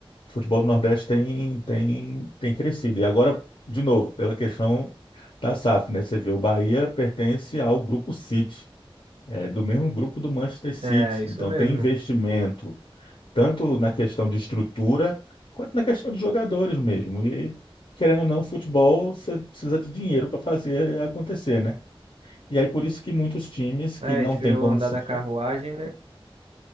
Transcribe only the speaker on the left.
o futebol do Nordeste tem, tem, tem crescido. E agora, de novo, pela questão da SAF, né? Você vê, o Bahia pertence ao grupo City, é, do mesmo grupo do Manchester City.
Então,
tem investimento, tanto na questão de estrutura, quanto na questão de jogadores mesmo. E, querendo ou não, futebol, você precisa de dinheiro para fazer acontecer, né? E aí, por isso que muitos times que
não
têm
condição